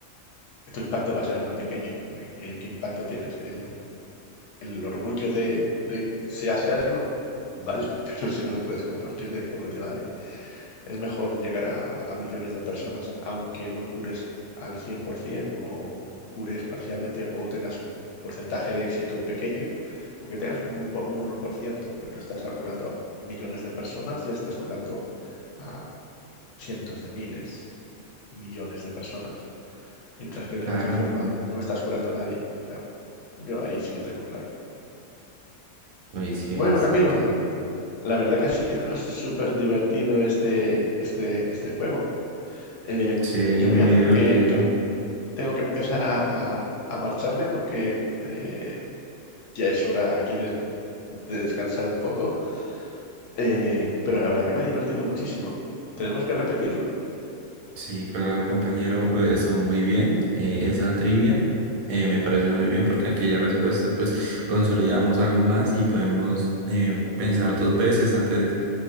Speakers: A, on the left; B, on the right.
A: tu impacto va a ser muy pequeño. Eh, ¿Qué, qué impacto tienes? El, el orgullo de, de sé hacerlo, vale, <laughs> pero si no lo puedes compartir, de ahí poco te vale. Es mejor llegar a, a millones de personas, aunque no cures al 100% o cures parcialmente o tengas un porcentaje de éxito pequeño, aunque tengas un, un po- un 1%, pero estás a- curando a millones de personas, ya estás curando a cientos de miles, millones de personas, mientras que de
B: Claro,
A: la otra forma no estás curando a nadie. O sea, yo ahí sí lo tengo claro.
B: uy, sí,
A: Bueno,
B: bastante.
A: Camilo, la verdad que ha sido súper divertido este, este, este juego. eh,
B: Sí, es
A: yo voy
B: muy
A: a tener
B: divertido.
A: que, que- em, tengo que empezar a, a- a marcharme porque eh, ya es hora aquí de, de descansar un poco, eh, pero la verdad que me he divertido muchísimo. Tenemos que repetirlo.
B: Sí, claro, compañero, o- eso muy bien. eh, esa trivia eh, me pareció muy bien porque aquella respuesta, pues consolidamos algo más y podemos eh, pensar dos veces antes